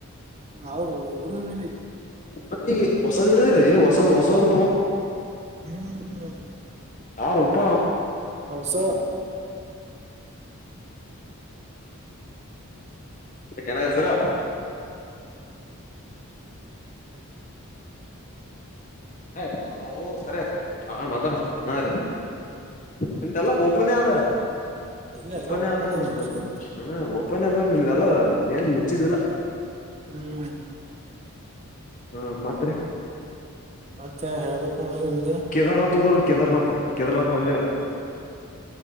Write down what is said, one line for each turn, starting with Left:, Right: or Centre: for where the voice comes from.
Right: ಅವರು ಉುರಿ ಬೇರೆ ಆಯ್ತು
Left: ಮತ್ತೆ ಈಗ ಹೊಸದ್ ಹಿಡಿದ್ರಿ ಹೊಸದ್ ಹೊಸವರು
Right: ಹ್ಮ್
Left: ಆ ರೂಪ
Right: ಹೌ ಸೊ
Left: ಏನಾಗನ್ಸರಾ ಹ ಸರಿ ಹಕ ಅವಾ ಮಾತಾಡ ಹಾ ರೀ ನಿಮ್ದಲ್ಲ ಓಪನ್ೇ ಅವ
Right: ಇಲ್ಲ
Left: ಓಪನ್ೇ
Right: ಎಲ್ಲ ಒಪ್ಪನ
Left: ಆದ್ರ ನಮಗೆಲ್ಲ
Right: ಏನ್ರಿ
Left: ಹ ಓಪನ್ ಆದ್ರ ನಿಮ್ದಲ್ಲ ಏನ್ ಮುಚ್ಚಿದಿಲ್ಲ
Right: ಹ್ಮ್
Left: ಹಾ ಮಾತ್ರ
Right: ಮತ್ತೆ ಹೇಬು ಕಡ
Left: ಕೇದಾರ್ನಾಥ್ ಹದ್ರ ಕೇದಾರ್ನಾಥ್ ಕೇದಾರ್ನಾಥ್ ಮಂದಿರ